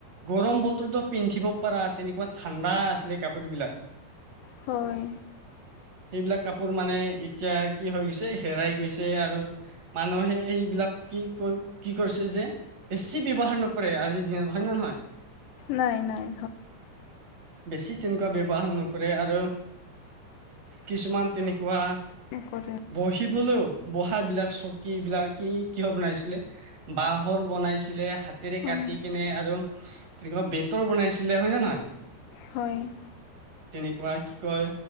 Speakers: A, on the right; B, on the left.
A: গৰম বতৰো পিন্ধিব পাৰা তেনেকুৱা ঠাণ্ডা আছিলে কাপোৰ বিলাক
B: হয়
A: সেইবিলাক কাপোৰ মানে এতিয়া কি হৈ গৈছে হেৰাই গৈছে আৰু মানুহে সেইবিলাক কি কৈ কি কৰিছে যে বেছি ব্য্ৱহাৰ নকৰে আজিৰ দিনত হয় নে নহয়
B: নাই নাই
A: বেছি তেনেকুৱা ব্যৱহাৰ নকৰে আৰু কিছুমান তেনেকুৱা
B: কৰে
A: বহিবলৈও বহ বিলাক চকীবলাক কি কিহৰ বনাইছিলে বাঁহৰ বনাইছিলে হাতেৰে কাটি
B: অঁ
A: কেনে আৰু তেনেকিবা বেতৰ বনাইছিলে হয় নে নহয়
B: হয়-
A: তেনেকুৱা কি কয়